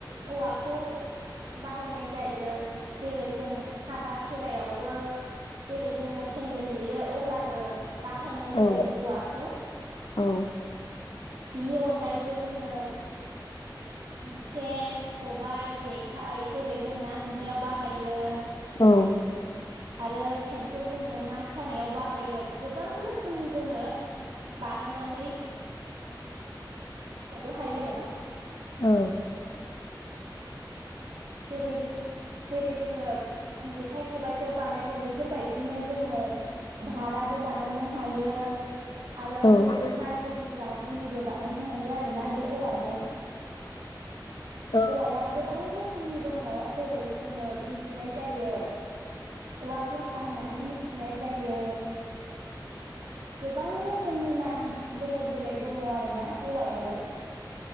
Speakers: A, on the right (about 80°); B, on the left (about 80°).
A: औवाखौ बाहायनाय जायो जेरै जों हाबा खेराइाशयावबो जेरै जोङो पेन्देल लुयो अब्लाबो बाहायनाय
B: औ
A: जायो औवाखौ
B: औ
A: बिनि अनगायैबो जोङो सेन खबाइ जेखाइ जेरै जों ना गुरनायाव बाहायो ।
B: औ
A: आरो सेनखौ जोङो ना सानायाव बाहायो । गोबां रोखोमनि जोङो बानायनानै थेबो हायो आरो ना
B: औ
A: जेरै जों जेरै जोङो जेखाइ खबाइखौ बानायो बेफोरबायदिनो जोङो धाराबो बानायनो हायो । आरो
B: ओ
A: दु माइ दोन <unintelligible> दुलिबो बानायनो हायो आरो । बे औवाजों
B: ओ
A: औवाया गो गोबां रोखोमनि दङ जेरै जोङो मिथिनाय जायो । औवा बुरखा होननानै मिथिनाय जायो । गोबां रोखोम रोखोमनि नाम बेलेग बेलेग दङ आरो ना औवायाबो ।